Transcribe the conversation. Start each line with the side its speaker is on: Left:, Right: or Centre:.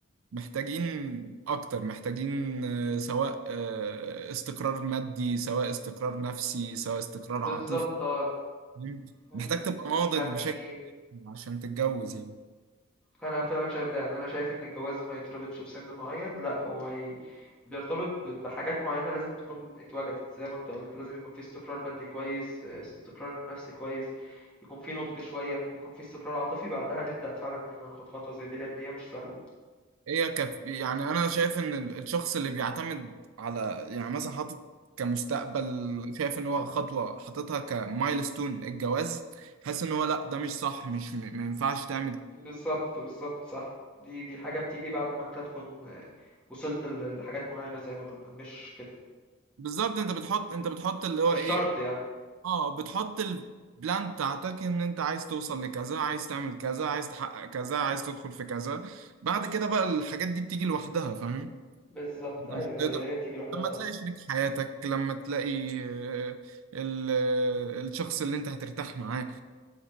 Right: محتاجين اكتر محتاجين آه، سواء آه، استقرار مادي سواء استقرار نفسي سواء استقرار
Centre: بالظبط
Right: عاطفي
Centre: اه
Right: فاهم؟
Centre: م-
Right: محتاج تبقى
Centre: م.
Right: ناضج
Centre: يعني
Right: بشكل عشان تتجوز يعني
Centre: انا فعلا شايف ده يعني انا شايف ان الجواز ما يتربطش بسن معين لا هو ي... بيرتبط ب- بحاجات معينة لازم تكون اتوجدت زي ما انت قلت لازم يكون في استقرار مادي كويس آه، استقرار نفسي كويس يكون في نضج شوية يكون في استقرار عاطفي بعدها نبدأ فعلا ان احنا ناخد خطوة زي دي لان هي مش سهلة
Right: هي كف... يعني انا شايف ان ال- الشخص اللي بيعتمد على يعني مثلا حاطط كمستقبل شايف ان هو خطوه حاططها كمايلستون الجواز حاسس ان هو لا ده مش صح مش م... ما ينفعش تعمل
Centre: بالظبط بالظبط صح دي دي حاجة بتيجي بعد ما انت تكون آه، وصلت ل- لحاجات معينة زي ما قلنا مش كده
Right: بالظبط انت بتحط انت بتحط اللي هو
Centre: مش
Right: ايه
Centre: شرط يعني
Right: اه بتحط البلان بتاعتك ان انت عايز توصل لكذا عايز تعمل كذا عايز تحقق كذا عايز تدخل في كذا بعد كده بقى الحاجات دي بتيجي لوحدها فاهم
Centre: بالظبط
Right: انت
Centre: ايوه
Right: مش بتقدر
Centre: ايوه هي بتيجي لوحدها
Right: لما
Centre: فعلا
Right: تلاقي شريك حياتك لما تلاقي آه، ال- آه، الشخص اللي انت هترتاح معاه